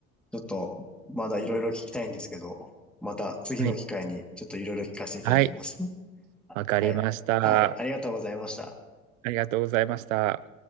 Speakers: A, in the centre; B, on the right.
A: ちょっと、まだいろいろ聞きたいんですけど、また次の機会にちょっといろいろ聞かせていただきます。
B: い。はい。
A: <laughs>
B: わかりました。
A: はい。はい。
B: あ
A: ありがとうございました。
B: りがとうございました。